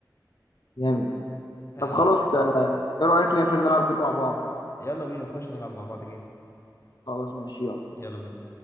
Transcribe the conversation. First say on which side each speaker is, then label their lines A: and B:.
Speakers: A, on the left; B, on the left.
A: جامد ده
B: آه،
A: طب خلاص ده ايه رايك نقفل نلعب جيم مع بعض
B: يلا بينا نخش نلعب مع بعض جيم
A: خلاص ماشي يلا
B: يلا بينا